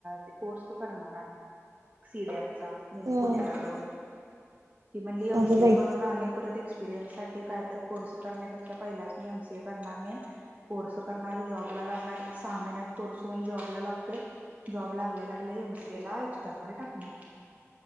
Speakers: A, on the right (about 30°); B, on the right (about 75°).
A: ती कोर्स करणार हाय. सी डी चा
B: अ
A: पुण्याला जाऊन. ती म्हणली एम
B: अगं
A: सी
B: बाई
A: ए करून आणि परत एक् एपिरयन्स साठी कायतर कोर्स करण्यापेक्षा पहिलाच मी एम सी ए करणार नाही. कोर्स करणार, जॉब ला लागणार सहा महिन्यात कोर्स होऊन जॉबला लागतोय. जॉब लागल्या लागल्या एम सी ए ला एक्स्टर्नल टाकनार.